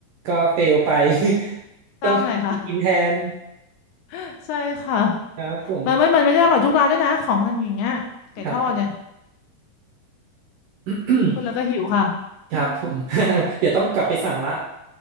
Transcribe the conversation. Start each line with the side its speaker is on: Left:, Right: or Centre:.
Right: ก็เฟลไป <laughs>
Left: เศร้าหน่อยค่ะ
Right: ต้องหากินแทน
Left: <laughs> ใช่ค่ะ
Right: ครับผม
Left: มันไม่มันไม่ได้อร่อยทุกร้านด้วยนะของพันอย่างเงี้ยไก่ทอดเนี่ย
Right: ครับผม <coughs>
Left: พูดแล้วก็หิวค่ะ
Right: ครับผม <laughs> เดี๋ยวต้องกลับไปสั่งละ